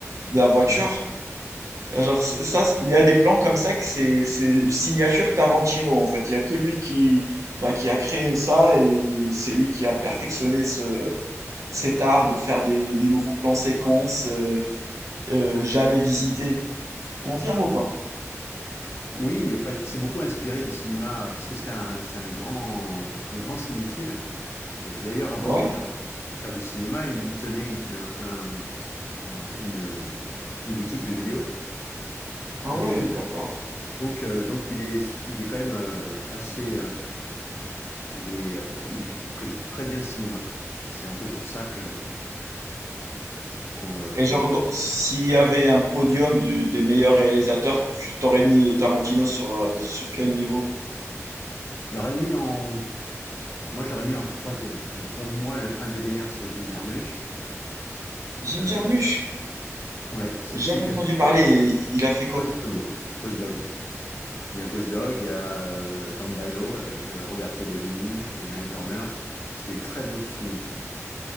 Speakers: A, on the right (about 75°); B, on the left (about 50°).
A: de la voiture.
B: ouais.
A: Genre, c- ça, c- il y a des plans comme ça que c'est c'est une signature Tarantino en fait. Il y a que lui qui, bah, qui a créé ça et c'est lui qui a perfectionné ce, cet art de faire des, des nouveaux plans séquences. euh, euh, jamais visité. Tu confirmes ou pas?
B: Oui, enfin, c'est beaucoup inspiré du cinéma parce que c'est un, c'est un grand, un grand cinéphile. Parce que d'ailleurs, avant
A: Ouais?
B: de faire, euh, faire du cinéma, il, il tenait une, un- un- une, une boutique de vidéos,
A: Ah
B: un
A: ouais,
B: vidéoclub.
A: d'accord.
B: Donc, euh, donc il est, il est quand même euh, assez, euh, il est, euh, il connaît très bien le cinéma. Et C'est un peu pour ça que qu'on le-
A: Et
B: qu'on
A: genre,
B: le,
A: dans- s'il y avait un podium du- des meilleurs réalisateurs, tu t'aurais mis Tarantino sur, euh, sur quel niveau?
B: je l'aurais mis en, moi je l'aurais mis en troisième. Moi, pour moi, le, un des meilleurs, c'est Jim Jarmusch.
A: Jim
B: Euh,
A: Jarmusch?
B: ouais, c'est
A: Jamais
B: celui
A: entendu
B: qui a fait
A: parler, et il a fait quoi?
B: Ghost Dog. Ghost Dog. Il y a Ghost Dog, il y a euh, Down by Law avec euh, Roberto Benigni, il y a Night on Earth. C'est des très bons films, ça.